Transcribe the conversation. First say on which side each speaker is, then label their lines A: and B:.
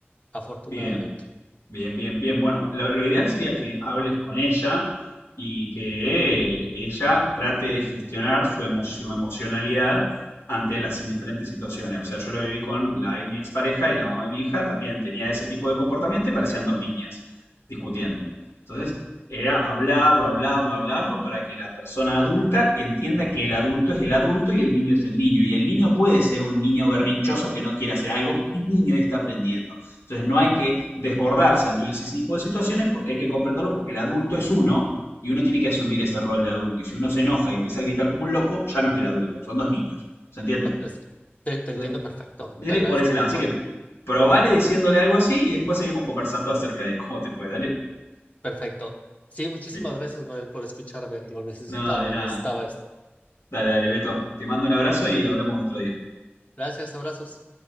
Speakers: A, on the left; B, on the left.
A: afortunadamente.
B: Bien. Bien, bien, bien. Bueno, lo, lo ideal sería que hables con ella y que eh, ella trate de gestionar su emocio- emocionalidad ante las diferentes situaciones. O sea, yo lo viví con la, mi expareja y la mamá de mi hija, también tenía ese tipo de comportamiento y parecían dos niñas discutiendo. Entonces, era hablarlo, hablarlo, hablarlo para que la persona adulta entienda que el adulto es el adulto y el niño es el niño. Y el niño puede ser un niño berrinchoso que no quiere hacer algo porque es niño y está aprendiendo. Entonces no hay que desbordarse ante ese tipo de situaciones porque hay que comprenderlo porque el adulto es uno y uno tiene que asumir ese rol de adulto. Y si uno se enoja y empieza a gritar como un loco, ya no es el adulto, son dos niños. ¿Se entiende?
A: No, es- te, te
B: Entonces,
A: entiendo perfecto,
B: viene
A: te agradezco
B: por ese
A: un
B: lado.
A: montón.
B: Así que probale diciéndole algo así y después seguimos conversando acerca de cómo te fue. Dale,
A: Perfecto. Sí, muchísimas
B: Víctor.
A: gracias, Manuel, por escucharme. Lo necesitaba,
B: No, de nada.
A: necesitaba esto.
B: Dale, dale, Beto. Te mando un abrazo y hablamos otro día.
A: Gracias, abrazos.